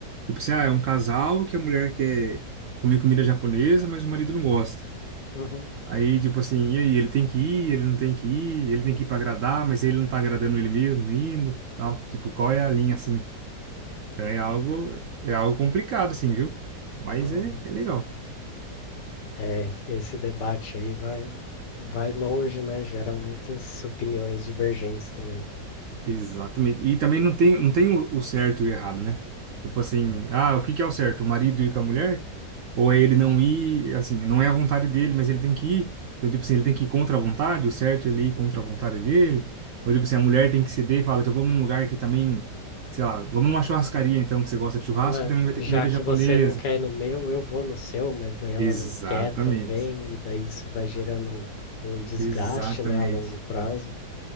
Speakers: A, on the right; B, on the left.
A: Tipo assim, ah, é um casal que a mulher quer comer comida japonesa, mas o marido não gosta.
B: Uhum.
A: Aí, tipo assim, e aí, ele tem que ir, ele não tem que ir, ele tem que ir pra agradar, mas ele não tá agradando ele mesmo, indo, tal. Tipo, qual é a linha, assim? Então é algo, é algo complicado, assim, viu? Mas
B: Uhum.
A: é, é legal.
B: É, esse debate aí vai, vai longe, né? Gera muitas opiniões divergentes também.
A: Exatamente. E também não tem, não tem o, o certo e o errado, né? Tipo assim,
B: Não.
A: ah, o que que é o certo? O marido ir com a mulher? Ou é ele não ir, assim, não é a vontade dele, mas ele tem que ir? Então, tipo assim, ele tem que ir contra a vontade, o certo é ele ir contra a vontade dele? Ou, tipo assim, a mulher tem que ceder e fala, então vamos num lugar que também, sei lá, vamos numa churrascaria, então, que você gosta de churrasco,
B: É,
A: que também vai ter
B: já
A: comida
B: que
A: japonesa.
B: você não quer ir no meu, eu vou no seu, mas daí ela
A: Exatamente.
B: não quer também, e daí isso vai gerando um desgaste,
A: Exatamente.
B: né, a longo prazo.